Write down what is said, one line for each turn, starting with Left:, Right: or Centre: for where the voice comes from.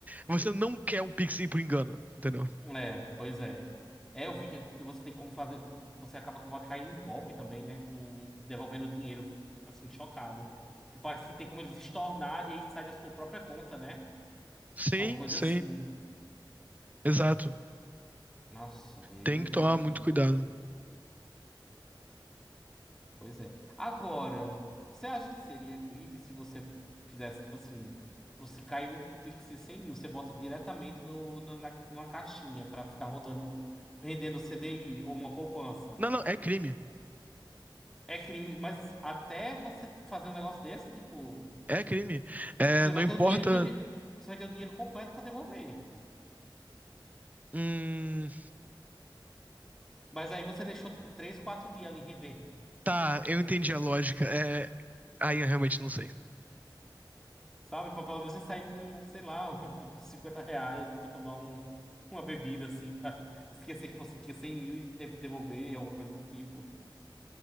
Right: Você não quer um Pix aí por engano, entendeu?
Centre: É, pois é. É, eu vi que, que você tem como fazer. Você acaba que pode cair em golpe também, né? Com devolvendo o dinheiro. Eu fico, assim, chocado. Porque parece que tem como eles estornarem e aí sai da sua própria conta, né?
Right: Sim,
Centre: Alguma coisa
Right: sim,
Centre: assim.
Right: exato.
Centre: Nossa, Deus
Right: Tem que tomar
Centre: me livre.
Right: muito cuidado.
Centre: Pois é. Agora, você acha que seria crime se você fizesse, tipo assim, você cai um Pix de 100 mil, você bota diretamente no, no- na, numa caixinha pra ficar rodando, rendendo CDI ou uma poupança?
Right: Não, não, é crime.
Centre: É crime, mas até você fazer um negócio desse, tipo,
Right: É crime. É,
Centre: você
Right: não
Centre: vai
Right: importa.
Centre: ter o dinheiro dire... você vai ter o dinheiro completo pra devolver.
Right: Hum...
Centre: Mas aí você deixou, tipo, 3 4 dias ali rendendo.
Right: Tá, eu entendi a lógica. É... Aí eu realmente não sei.
Centre: Sabe, pra pelo menos você sair com, sei lá, <laughs> uns 50 reais pra tomar um, uma bebida, assim, pra <laughs> esquecer que você tinha 100 mil e teve que devolver, alguma coisa do tipo.